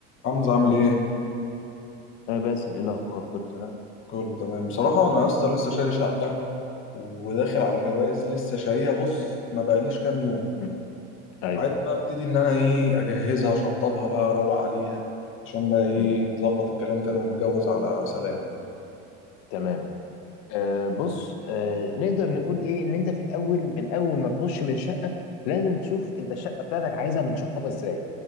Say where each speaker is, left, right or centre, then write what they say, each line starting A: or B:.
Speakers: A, on the left; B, on the left.
A: حمزة عامل ايه؟
B: آه باسل إيه الأخبار كله تمام؟
A: كله تمام بصراحة أنا يا اسطى لسه شاري شقة وداخل على جواز لسه شاريها بص ما بقاليش كام يوم
B: مم. أيوه
A: وعايز بقى ابتدي إن أنا ايه أجهزها أشطبها بقى أروق عليها عشان بقى ايه
B: مم.
A: نظبط الكلام كده ونتجوز على سلام
B: تمام آه بص آه نقدر نقول ايه ان انت في الاول من اول ما تخش من الشقه لازم تشوف انت الشقه بتاعتك عايزها متشطبه ازاي